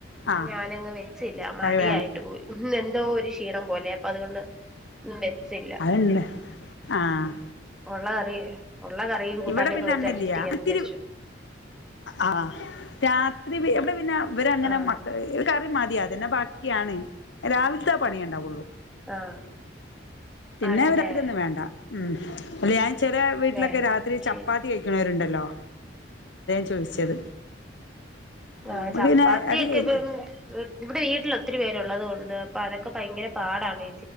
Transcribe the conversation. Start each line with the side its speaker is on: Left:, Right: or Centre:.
Left: ആഹ്
Centre: ഞാനങ്ങ് വെച്ചില്ല മടിയായിട്ട്
Left: കറി വേണം
Centre: പോയി ഇന്ന് എന്തോ ഒരു ക്ഷീണം പോലെ അപ്പൊ അതുകൊണ്ട്. ഒന്നും വെച്ചില്ല
Left: അതെന്നെ ആഹ്
Centre: ഉള്ള കറി ഉള്ള കറിയും കൂട്ടാനും
Left: ഇവിടെ
Centre: ഒക്കെ
Left: പിന്നെ
Centre: വെച്ച്
Left: അണ്ണില്ലയാ
Centre: അഡ്ജസ്റ്റ് ചെയ്യാന്ന്
Left: ഒത്തിരി......
Centre: വിചാരിച്ചു
Left: ആഹ് രാത്രി എവിടെ പിന്നെ ഇവരെ അങ്ങനെ
Centre: ആഹ്
Left: മക്ക കറി മതിയാതന്നെ ബാ..... <unintelligible> രാവിലത്തെ പണിയെ ഉണ്ടാവുള്ളു.
Centre: ആഹ്
Left: പിന്നെ
Centre: ആണല്ലേ
Left: അവര് അത്രൊന്നും വേണ്ട ഉ അല്ല ഞാൻ ചെില വീട്ടിലൊക്കെ
Centre: വേണ്ട
Left: രാത്രി
Centre: ശരി
Left: ചപ്പാത്തി കഴിക്ണവരുണ്ടല്ലോ? ചോദിച്ചത്
Centre: ആ
Left: നമുക്ക്
Centre: ചപ്പാത്തിയൊക്കെ
Left: പിന്നെ അത് കഴിഞ്ഞ്
Centre: ഇപ്പം ഇവിടെ വീട്ടിൽ ഒത്തിരി പേരുള്ളത് കൊണ്ട് അപ്പൊ അതൊക്കെ ഭയങ്കര പാടാണെയ്.